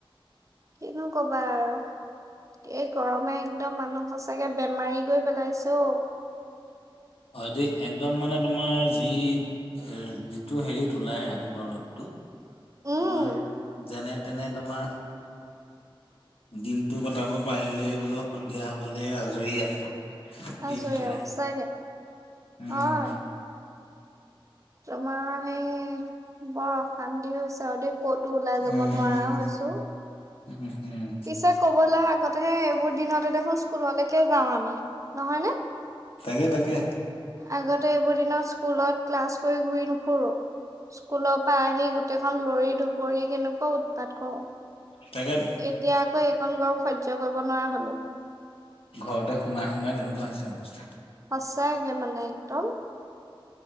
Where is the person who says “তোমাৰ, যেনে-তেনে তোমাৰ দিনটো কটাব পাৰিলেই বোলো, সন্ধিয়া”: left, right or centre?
Left